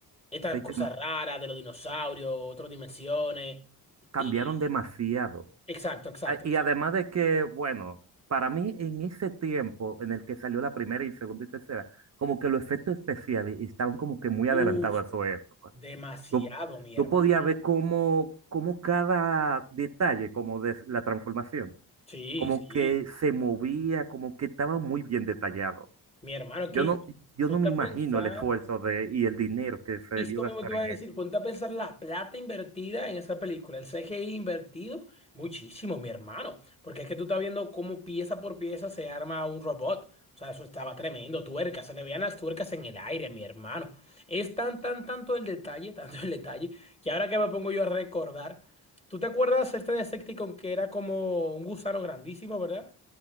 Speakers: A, on the left; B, on the right.
A: estas
B: Se
A: cosas
B: cam-
A: raras de los dinosaurios, otras dimensiones.
B: cambiaron
A: Y,
B: demasiado.
A: exacto, exacto,
B: A- Y
A: exacto.
B: además de que, bueno, para mí en ese tiempo en el que salió la primera y segunda y tercera, como que los efectos especiales estaban como que muy
A: Uf,
B: adelantados a su época.
A: demasiado,
B: Tú,
A: mi
B: tú
A: hermano.
B: podías ver como cada detalle, como de la transformación,
A: Sí,
B: como
A: sí.
B: que se movía, como que estaba muy bien detallado.
A: Mi hermano, aquí,
B: Yo no, yo
A: ponte
B: no me
A: a
B: imagino
A: pensar,
B: el esfuerzo de, y el dinero que se
A: y
B: debió
A: esto
B: gastar
A: mismo te iba
B: en
A: a decir,
B: eso.
A: ponte a pensar la plata invertida en esa película, el CGI invertido, muchísimo, mi hermano, porque es que tú estás viendo cómo pieza por pieza se arma un robot. O sea, eso estaba tremendo, tuercas, se le veían las tuercas en el aire, mi hermano. Es tan, tan, tanto el detalle, <laughs> tanto el detalle, que ahora que me pongo yo a recordar, ¿tú te acuerdas este Decepticon que era como un gusano grandísimo, ¿verdad?